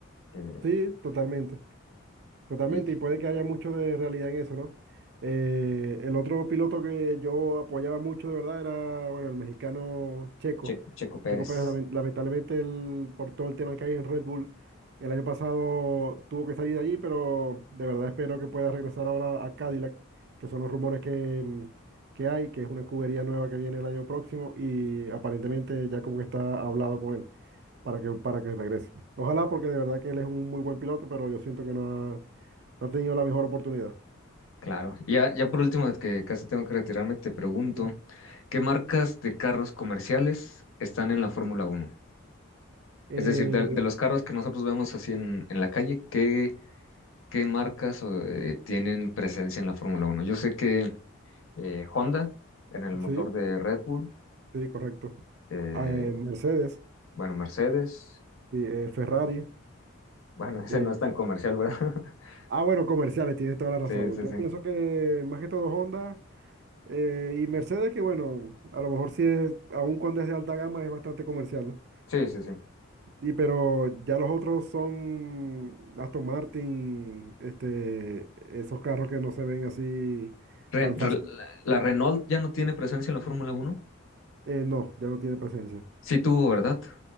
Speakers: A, on the left (about 70°); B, on the right (about 50°).
A: que-
B: Sí, totalmente, totalmente,
A: y
B: y puede que haya mucho de realidad en eso, ¿no? Eh, el otro piloto que yo apoyaba mucho de verdad era, bueno, el mexicano Checo.
A: Che- Checo Pérez.
B: Checo Pérez, lamen- lamentablemente, el- por todo el tema que hay en Red Bull, el año pasado tuvo que salir de allí, pero de verdad espero que pueda regresar ahora a Cadillac, que son los rumores que, mm, que hay, que es una escudería nueva que viene el año próximo y aparentemente ya como que está hablado con él para que, para que regrese. Ojalá, porque de verdad que él es un muy buen piloto, pero yo siento que no ha, no ha tenido la mejor oportunidad.
A: Claro. Y Ya, ya por último, que casi tengo que retirarme, te pregunto,
B: ¿Ya?
A: ¿qué marcas de carros comerciales están en la Fórmula Uno?
B: Eh,
A: Es decir, de, de los carros que nosotros vemos así en, en la calle, ¿qué, qué marcas o, eh, tienen presencia en la Fórmula Uno? Yo sé que eh, Honda, en el motor
B: sí,
A: de Red Bull,
B: sí, correcto.
A: eh,
B: Ah, eh, Mercedes,
A: bueno, Mercedes,
B: sí, eh, Ferrari.
A: bueno, <laughs> ese
B: eh,
A: no es tan comercial, ¿verdad? <laughs>
B: ah, bueno, comerciales, tienes toda la razón.
A: Sí, sí,
B: Yo
A: sí.
B: pienso que más que todo Honda eh, y Mercedes, que bueno, a lo mejor sí es, aún cuando es de alta gama, es bastante comercial, ¿no?
A: Sí, sí, sí.
B: Y pero ya los otros son Aston Martin, este, esos carros que no se ven así
A: Re-
B: tan
A: re-
B: fácil.
A: la Renault ya no tiene presencia en la Fórmula Uno.
B: Eh, no, ya no tiene presencia.
A: Sí tuvo, ¿verdad?